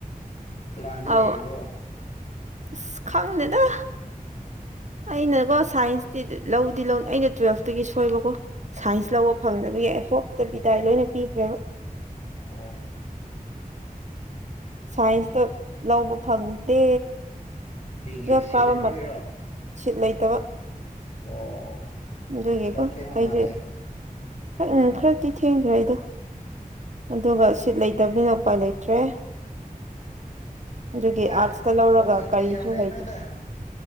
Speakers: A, on the left; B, on the right.
A: ꯄꯂꯥꯥꯟꯗꯤ
B: ꯑꯧ
A: ꯂꯩꯔꯤꯕꯣ
B: ꯑꯁ ꯈꯪꯗꯦꯗꯥ ꯑꯩꯅꯀꯣ ꯁꯥꯏꯟꯁꯇꯤ ꯂꯧꯗꯤ ꯂꯧꯅꯤ ꯑꯩꯅ ꯇꯨꯋꯦꯜꯐꯇꯒꯤ ꯁꯣꯏꯕꯀꯣ ꯁꯥꯏꯟꯁ ꯂꯧꯕ ꯐꯪꯗꯕꯒꯤ ꯑꯩ ꯍꯣꯞꯇꯕꯤꯗꯥꯏ ꯂꯣꯏꯅ ꯄꯤꯈ꯭ꯔꯦꯕ
A: ꯑꯣ
B: ꯁꯥꯏꯟꯁꯇꯨ ꯂꯧꯕ ꯐꯪꯗꯦ
A: ꯀꯔꯤꯒꯤ
B: ꯇꯨꯋꯦꯜꯐ
A: ꯁꯤꯠ
B: ꯀꯥꯕ
A: ꯂꯩꯇꯕꯒꯤꯔꯣ
B: ꯃꯠ ꯁꯤꯠ ꯂꯩꯇꯕ
A: ꯑꯣ ꯑꯣ ꯑꯣ
B: ꯑꯗꯨꯏꯒꯤꯀꯣ
A: ꯈꯔ ꯊꯦꯡꯕ
B: ꯑꯩꯗꯤ
A: ꯃꯥꯜꯂꯦ
B: ꯈꯔ ꯎ ꯈꯔꯗꯤ ꯊꯦꯡꯈ꯭ꯔꯦ ꯑꯩꯗꯣ ꯑꯗꯨꯒ ꯁꯤꯠ ꯂꯩꯇꯕꯅꯤꯅ ꯎꯄꯥꯏ ꯂꯩꯇ꯭ꯔꯦ ꯑꯗꯨꯒꯤ
A: ꯑꯦ
B: ꯑꯥꯠꯁꯇ ꯂꯧꯔꯒ
A: ꯑꯣꯄꯣꯔꯆꯨꯅꯤꯇꯤ
B: ꯀꯔꯤꯁꯨ
A: ꯌꯥꯝ ꯂꯩꯕꯅꯤꯗ
B: ꯍꯩꯇꯦ꯫